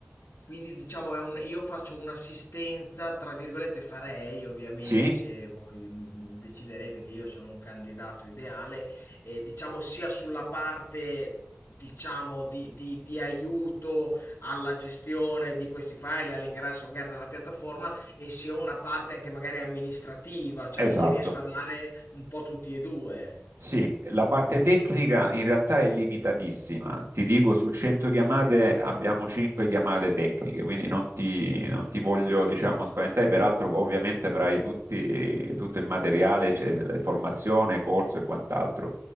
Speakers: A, on the left; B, on the right.
A: Quindi diciamo è un io faccio un'assistenza, tra virgolette farei ovviamente
B: Sì,
A: se voi mi, mi deciderete che io sono un candidato ideale, eh, diciamo sia sulla parte diciamo di, di- di aiuto alla gestione di questi file, all'ingresso magari nella piattaforma e sia una parte anche magari amministrativa, cioè
B: esatto.
A: gli riesco a dare un po' tutti e due.
B: Sì, la parte tecnica in realtà è limitatissima. Ti dico, su 100 chiamate abbiamo 5 chiamate tecniche, quindi non ti, non ti voglio, diciamo, spaventare. Peraltro, ovviamente avrai tutti- tutto il materiale, cioè, la formazione, corso e quant'altro.